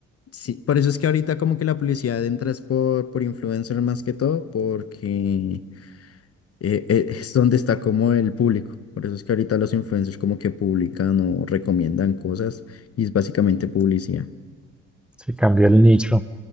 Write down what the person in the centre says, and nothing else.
Se cambió el nicho.